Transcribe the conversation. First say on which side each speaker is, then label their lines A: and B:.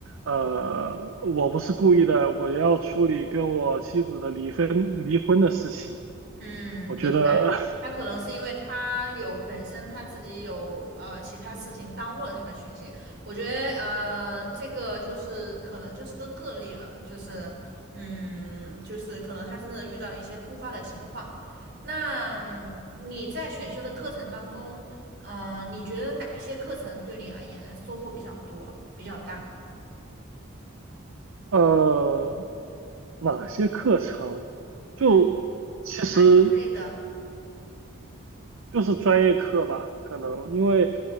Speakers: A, on the right (about 80°); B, on the right (about 50°).
A: 呃，我不是故意的，我要处理跟我妻子的离婚离婚的事情。
B: 嗯，
A: 我觉得，
B: 明白。他可能是因为他有本身他自己有呃其他事情耽误了他的学习。我觉得呃这个就是可能就是个个例了，就是嗯就是可能他真的遇到一些突发的情况。那嗯你在选修的课程当中，嗯、你觉得哪些课程对你而言收获比较多、比较大？
A: <laughs> 呃，哪些课程？就其实
B: 嗯，哪一类的？
A: 就是专业课吧，可能因为，